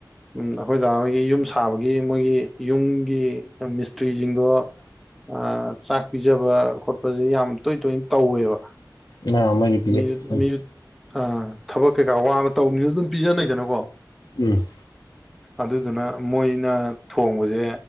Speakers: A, in the centre; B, on the left (about 65°).
A: ꯎ ꯑꯩꯈꯣꯏꯗ ꯑꯩꯈꯣꯏꯒꯤ ꯌꯨꯝ ꯁꯥꯕꯒꯤ ꯃꯣꯏꯒꯤ ꯌꯨꯝꯒꯤ ꯃꯤꯁꯇ꯭ꯔꯤꯁꯤꯡꯗꯣ ꯑ ꯆꯥꯛ ꯄꯤꯖꯕ ꯈꯣꯠ ꯍꯧꯖꯤꯛ ꯌꯥꯝ ꯇꯣꯏ ꯇꯣꯏ ꯇꯧꯋꯦꯕ
B: ꯅꯪ ꯑꯃꯗꯤ ꯄꯤꯖꯩ
A: ꯃꯤꯖꯨ
B: ꯎꯝ
A: ꯃꯤꯖꯨ ꯑꯥ ꯊꯕꯛ ꯀꯩꯀꯥ ꯋꯥ ꯑꯃ ꯇꯧꯅꯤꯅꯁꯨ ꯑꯗꯨꯝ ꯄꯤꯖꯅꯩꯗꯅꯀꯣ
B: ꯎꯝ
A: ꯑꯗꯨꯗꯨꯅ ꯃꯣꯏꯅ ꯊꯣꯡꯕꯖꯦ